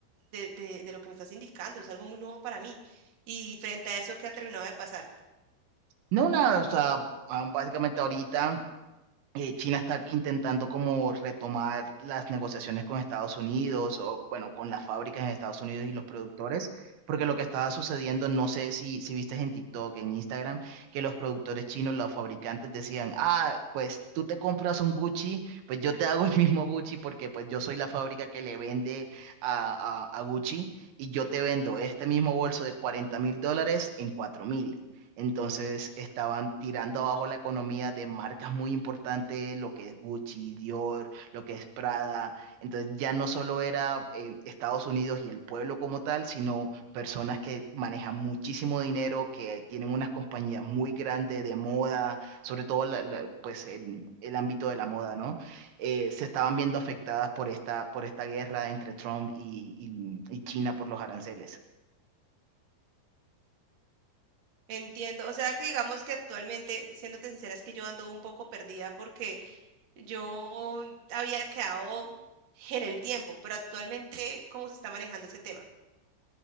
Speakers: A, on the right; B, on the right.
A: de, de, de lo que me estás indicando. Es algo muy nuevo para mí. Y frente a eso, ¿qué ha terminado de pasar?
B: No, nada, o sea, ah, básicamente ahorita eh, China está intentando como retomar las negociaciones con Estados Unidos o bueno, con las fábricas en Estados Unidos y los productores, porque lo que estaba sucediendo, no sé si, si viste en TikTok, en Instagram, que los productores chinos, los fabricantes decían, ah, pues tú te compras un Gucci, pues yo te hago el mismo Gucci porque pues yo soy la fábrica que le vende a, a, a Gucci y yo te vendo este mismo bolso de cuarenta mil dólares en cuatro mil. Entonces estaban tirando abajo la economía de marcas muy importantes, lo que es Gucci, Dior, lo que es Prada. Entonces ya no solo era eh, Estados Unidos y el pueblo como tal, sino personas que manejan muchísimo dinero, que tienen unas compañías muy grandes de moda, sobre todo la- la- pues el, el ámbito de la moda, ¿no? Eh, se estaban viendo afectadas por esta, por esta guerra entre Trump y y- y China por los aranceles.
A: Entiendo, o sea que digamos que actualmente, siéndote sincera, es que yo ando un poco perdida porque yo había quedado en el tiempo, pero actualmente, ¿cómo se está manejando ese tema?